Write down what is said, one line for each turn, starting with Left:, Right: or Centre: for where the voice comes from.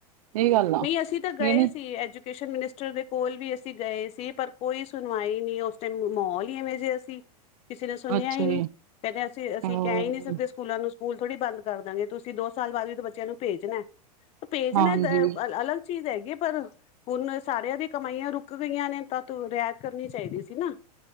Right: ਇਹ ਗੱਲ ਆ
Left: ਨਹੀਂ ਅਸੀਂ ਤਾਂ ਗਏ
Right: ਇਹ ਨੀ
Left: ਸੀ। ਐਜ ਮਨਿਸਟਰ ਦੇ ਕੋਲ ਵੀ ਅਸੀਂ ਗਏ ਸੀ। ਪਰ, ਕੋਈ ਸੁਣਵਾਈ ਨਹੀਂ ਉਸ ਟਾਈਮ ਮਾਹੌਲ ਹੀ ਐਵੇਂ ਜਿਹਾ ਅਸੀਂ ਕਿਸੇ ਨੇ ਸੁਣਿਆ
Right: ਅੱਛਾ
Left: ਹੀ
Right: ਜੀ
Left: ਨਹੀਂ ਕਹਿੰਦੇ। ਅਸੀਂ, ਅਸੀਂ
Right: ਹਾਂ
Left: ਕਹਿ ਹੀ ਨਹੀਂ ਸਕਦੇ। ਸਕੂਲਾਂ ਨੂੰ ਸਕੂਲ ਥੋੜੀ ਬੰਦ ਕਰ ਦਾਂਗੇ। ਤੁਸੀਂ ਦੋ ਸਾਲ ਬਾਅਦ ਵੀ ਬੱਚਿਆਂ ਨੂੰ ਭੇਜਣਾ ਭੇਜਣਾ
Right: ਹਾਂਜੀ
Left: ਅਲੱਗ ਚੀਜ਼ ਹੈਗੀ ਪਰ ਹੁਣ ਸਾਰਿਆਂ ਦੀ ਕਮਾਈਆਂ ਰੁਕ ਗਈਆਂ ਨੇ। ਤਾਂ ਤੂੰ ਰਿਆਇਤ ਕਰਨੀ ਚਾਹੀਦੀ ਸੀ ਨਾ।